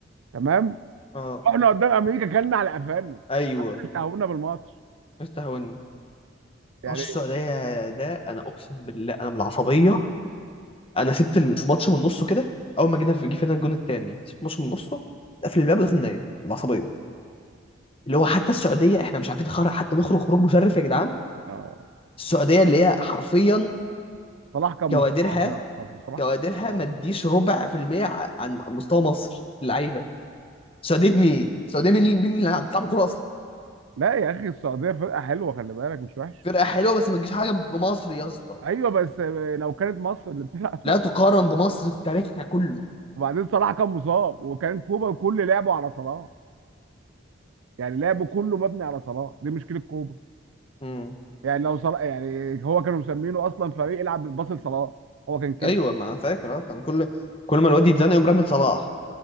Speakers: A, on the right; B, on the left.
A: تمام
B: اه
A: رحنا قدام امريكا كلنا على قفانا
B: ايوه
A: استهونا بالماتش
B: استهواني
A: يعني
B: ماتش السعوديه ده انا اقسم بالله انا من العصبيه انا سبت الماتش من نصه كده اول ما جينا في جه فينا الجون الثاني سبت الماتش من نصه قفل الباب ودخل نايم من العصبيه اللي هو حتى السعوديه احنا مش عارفين خرج حتى نخرج خروج مشرف يا جدعان
A: اه
B: السعوديه اللي هي حرفيا
A: صلاح كان
B: كوادرها
A: مصاب يا اسطى صلاح
B: كوادرها
A: كان مصاب
B: ما تديش ربع في المية عن مستوى مصر في اللعيبه السعوديه مين؟ السعوديه مين مين اللي بتلعب كوره اصلا؟
A: لا يا اخي السعوديه فرقه حلوه خلي بالك مش وحشه
B: فرقه حلوه بس ما تجيش حاجه بمصر يا اسطى
A: ايوه بس لو كانت مصر اللي بتلعب
B: لا تقارن
A: <laughs>
B: بمصر في تاريخنا كله
A: وبعدين صلاح كان مصاب وكان كوبا كل لعبه على صلاح يعني لعبه كله مبني على صلاح دي مشكله كوبا
B: امم
A: يعني لو صلاح يعني هو كانوا مسمينه اصلا فريق يلعب بالباص لصلاح هو كان كده
B: ايوه ما أنا فاكر اه كان كل كل ما الواد يتزنق يقوم رامي صلاح